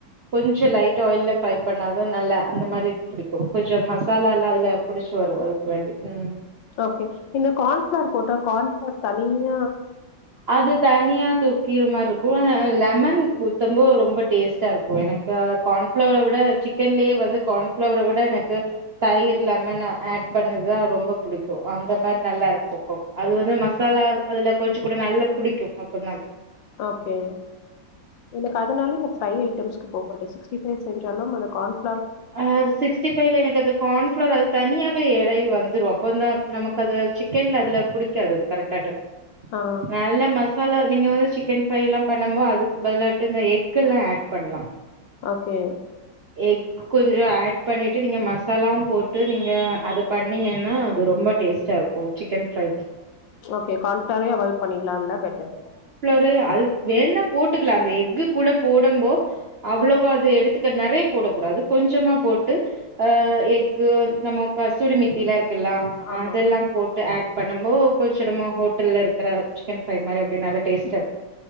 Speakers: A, on the right; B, on the left.
A: கொஞ்ச லைட் ஆயில்ல ஃப்ரை பண்ணாதா நல்லா அந்த மாரி புடிக்கும் கொஞ்சோ மசாலா எல்லாம் அதுல புடிச்சு வரும் அதுக்கு வேண்டி ம்
B: ஓகே இந்த கான்ஃபளர் போட்ட கான்ஃபளர் த நீங்க
A: அது தனியா துக்கிர மரு லெமன் ஊத்தம்பது ரொம்ப டேஸ்ட்டா இருக்கு எனக்கு கார்ன்ஃப்ளவர விட சிக்கன்லயே வந்து கார்ன்ஃப்ளவரை விட எனக்கு தயிர் லெமன் ஆட் பண்ணுதுதா ரொம்ப பிடிக்கு அந்த மாரி நல்லா இருக்கு அப்போ அது வந்து மசாலா அதுல கொஞ்சோ கூட நல்லா புடிக்கு அப்ப தா
B: ஓகே எனக்கு அதனால இந்த ஃப்ரை ஐட்டம்ஸ்சு போக மாட்டே சிக்ஸ்டி ஸ் செஞ்சாலும் அந்த கான்ஃ
A: ஆ சிக்ஸ்டி பைவ்ல எனக்கு அந்த கான்ஃப்ளவர் அது தனியா து எழைய வர்துரோ இப்ப வந்த நமக்கு அது சிக்கேன்ல அதுல புடிக்காது அது கரெக்டாட்ட
B: ஆ
A: நல்ல மத் சாலா நீங்க வந்து சிக்கன் ஃப்ரை எல்லா பண்ணபோ அதுக்கு பதிலாட்டு இந்த எக்குல்லாம் ஏட் பண்ணலா
B: ஓகே
A: எக் கொஞ்சம் ஏட் பண்ணிட்டு நீங்க மசாலாவும் போட்டு நீங்க அத பண்ணீங்கன்னா அது ரொம்ப டேஸ்ட்டா இருக்கு சிக்கன் ஃப்ரை
B: ஓகே கான்பிளவரே அவாய்ட் பண்ணிலாம்ல பெட்டரு
A: ஃப்ரே அல் வேன்னா போட்டுக்கலா அந்த எக்கு கூட போடம்போ அவ்ளோவா
B: அ
A: அது எடுத்துக்க நிறைய போடக் கூடாது கொஞ்சமா போட்டு ஆ எக்கு நம்மக் கசூரி மீத்தில இருக் ல்லா
B: ஆமா
A: அதெல்லா போட் ஏட் பண்ணம்போ கொஞ்சம் நம்ம ஹோட்டல்ல இருக்கிற சிக்கன் ஃப்ரை மாரி அப்டி நல்ல டேஸ்ட்டா இருக்